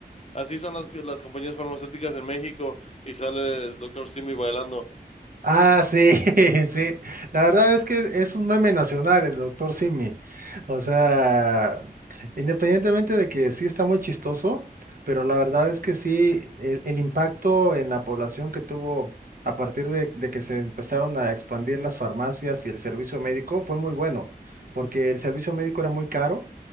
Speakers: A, on the left; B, on the right.
A: así son las, las compañías farmacéuticas en México y sale el doctor Simi bailando.
B: Ah, sí, <laughs> sí. La verdad es que es un meme nacional el doctor Simi. O sea, independientemente de que sí está muy chistoso, pero la verdad es que sí, el, el impacto en la población que tuvo a partir de, de que se empezaron a expandir las farmacias y el servicio médico fue muy bueno, porque el servicio médico era muy caro.